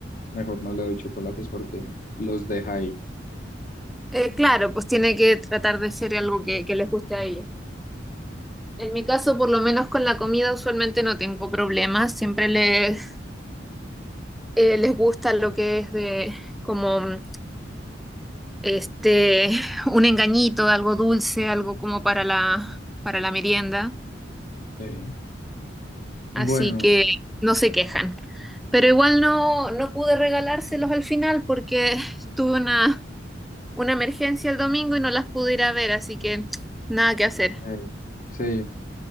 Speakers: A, on the left; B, in the centre.
A: mejor no le doy chocolates porque los deja ahí.
B: Eh, claro, pues tiene que tratar de ser algo que, que les guste a ellos. En mi caso, por lo menos con la comida, usualmente no tengo problemas. Siempre les, eh, les gusta lo que es de como mm, este <laughs> un engañito, algo dulce, algo como para la, para la merienda.
A: Sí. Bueno,
B: Así que no se quejan. Pero igual no, no pude regalárselos al final porque tuve una una emergencia el domingo y no las pude ir a ver, así que nada que hacer.
A: ok. Sí,